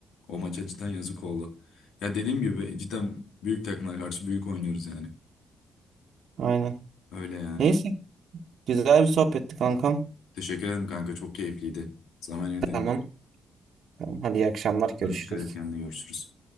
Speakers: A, on the left; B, on the right.
A: o maça cidden yazık oldu. Ya dediğim gibi cidden büyük takımlara karşı büyük oynuyoruz yani.
B: Aynen.
A: Öyle yani.
B: Neyse güzel bir sohbetti kankam.
A: Teşekkür ederim kanka. Çok keyifliydi. Zaman ayırdığın
B: Tamam.
A: için.
B: Tamam. Hadi iyi akşamlar görüşürüz.
A: Dikkat et kendine. Görüşürüz.